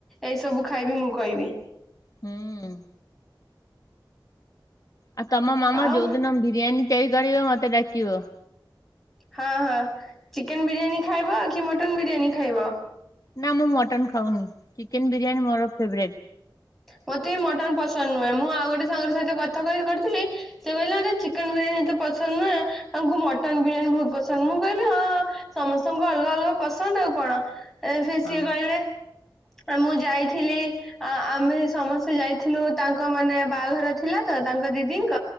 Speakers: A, in the centre; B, on the left.
A: ଏଇସବୁ ଖାଇବି ମୁଁ କହିବି।
B: ହୁଁ। ଆଉ ତମ ମାମା
A: ଆଉ
B: ଯଉ ଦିନ ବିରିଆନି ତିଆରି କରିବ ମୋତେ ଡ଼ାକିିବ।
A: ହଁ ହଁ ଚିକେନ ବିରିୟାନୀ ଖାଇବ କି ମଟନ ବିରିୟାନୀ ଖାଇବ।
B: ନା ମୁଁ ମଟନ ଖାଉନି ଚିକେନ ବିରିୟାନୀ ମୋର ଫେବରେଟ।
A: ମତେ ବି ମଟନ ପସନ୍ଦ ନୁହେଁ। ମୁଁ ଆଉ ଗୋଟେ ସାଙ୍ଗ ସହିତ କଥା କହି କରିଥିଲି ସେ କହିଲେ ମତେ ଚିକେନ ବିରିୟାନୀ ଏତେ ପସନ୍ଦ ନୁହେଁ। ତାଙ୍କୁ ମଟନ ବିରିୟାନୀ ବହୁତ ପସନ୍ଦ। ମୁଁ କହିଲି ହଁଁ ସମସ୍ତଙ୍କଙ୍କୁ ଅଲଗା ଅଲଗା ପସନ୍ଦ ଆଉ କଣ। ଏ ସେ ସିଏ
B: ହଁ।
A: କହିଲେ ଆ ମୁଁ ଯାଇଥିଲି, ଆ ଆମେ ସମସ୍ତେ ଯାଇଥିଲୁ ତାଙ୍କ ମାନେ ବାହାଘର ଥିଲା ତ ତାଙ୍କ ଦିଦି ଙ୍କ